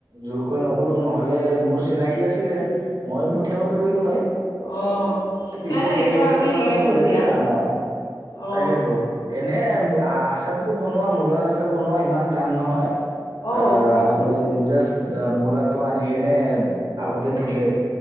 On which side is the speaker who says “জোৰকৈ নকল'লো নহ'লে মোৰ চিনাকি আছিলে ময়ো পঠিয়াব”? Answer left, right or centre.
Right